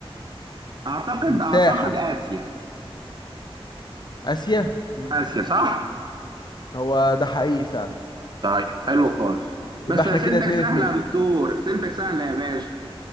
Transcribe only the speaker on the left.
المساحة
آسيا مم.
هو ده حقيقي فعلا
يبقى
احنا كده اتنين
اتنين